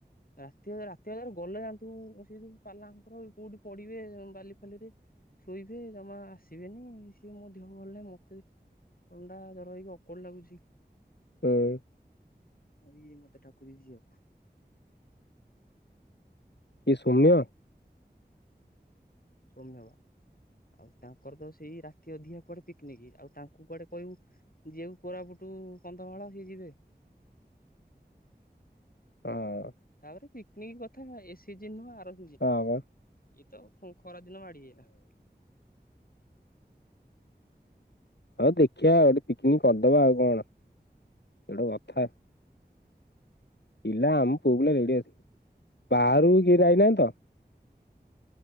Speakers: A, on the left; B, on the left.
A: ରାତି ରାତିରେ ଗଲେ ଯାଆନ୍ତୁ ସେ ଯୁ ପାଲାଙ୍କର କୋଉଠି ପଡିବେ ବାଲି ଫାଲି ଶୋଇବେ ଜମା ଆସିବେନି ସିଏ ମୋ ଦେହ ଭଲ ନାହିଁ ମତେ ଥଣ୍ଡା ଜର ହେଇକି ଅକଳ ଲାଗୁଚି।
B: ହୁଁ।
A: ହ ମତେ ଡାକୁଚି ଯିବାକୁ।
B: ଏ ସୌମ୍ୟ
A: ସୋମ୍ୟବା ଆଉ ତାଙ୍କର ତ ସେଇ ରାତି ଅଧିକା କୁଆଡେ ପିକ୍ ନିକ୍ ଆଉ ତାଙ୍କୁ କୁଆଡେ କହିବୁ ଯେଉ କୋରାପୁଟୁ କନ୍ଧମାଳ ଯିବେ।
B: ହଁ ହଁ।
A: ତାପରେ ପିକନିକ କଥା ଏ ସେ ଜି। <unintelligible>
B: <unintelligible>
A: ଏଇତ ଫୁଣି ଖରା ଦିନ ମାତି ଆଇଲା।
B: ହଁ ଦେଖିବା ଗୋଟେ ପିକନିକ କରିଦବା ଆଉ କଣ ଏଇଟା ଗୋଟେ କଥା। ପିଲା ଆମ ପୁଅ ବ ରେଡି ଆସିଥିଲି ବାହାରୁ କିଏ ଯାଇନାହିଁ ତ।